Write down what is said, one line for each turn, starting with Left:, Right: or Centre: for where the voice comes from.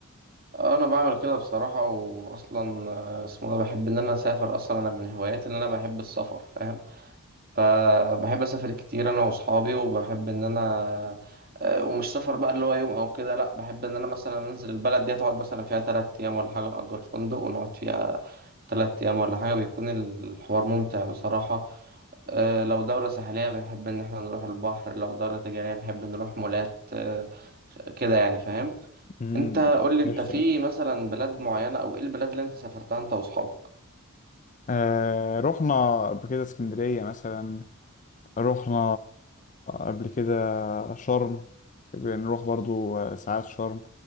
Right: انا بعمل كده بصراحة واصلا آه، اسمه إيه ده بحب ان انا اسافر اصلا انا من هواياتي ان انا بحب السفر فاهم فبحب اسافر كتير انا واصحابي وبحب ان انا آه، ومش سفر بقى اللي هو يوم او كده لا بحب ان انا مثلا انزل البلد دي هتقعد مثلا فيها تلات ايام ولا حاجة نأجر فندق ونقعد فيها تلات أيام ولا حاجة بيكون الحوار ممتع بصراحة أه لو دولة ساحلية بنحب إن احنا نروح البحر لو دولة تجارية نحب نروح مولات أه ش- كده يعني فاهم
Left: امم
Right: انت قولي انت
Left: قشطة
Right: في
Left: قشطة
Right: مثلا بلاد معينة او ايه البلاد اللي انت سافرتها انت واصحابك
Left: آه رحنا قبل كده اسكندرية مثلا رحنا قبل كده شرم بنروح برضو ساعات شرم